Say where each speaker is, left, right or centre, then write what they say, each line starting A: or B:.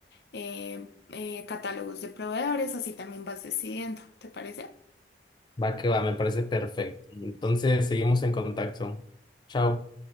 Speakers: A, on the left; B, on the left.
A: eh, eh, catálogos de proveedores, así también vas decidiendo, ¿te parece?
B: Va que va, me parece perfecto. Entonces, seguimos en contacto. Chao.